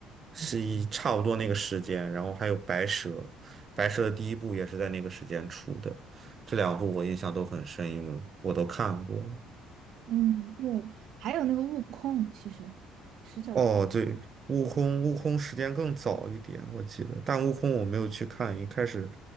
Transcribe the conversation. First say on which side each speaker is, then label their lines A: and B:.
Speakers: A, on the right; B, on the right.
A: 是一差不多那个时间。然后还有白蛇，白蛇的第一部也是在那个时间出的。这两部我印象都很深，因为我都看过了。
B: 嗯，对，还有那个悟空，其实是叫悟空吧？
A: 哦，对，悟空，悟空时间更早一点，我记得，但悟空我没有去看。一开始，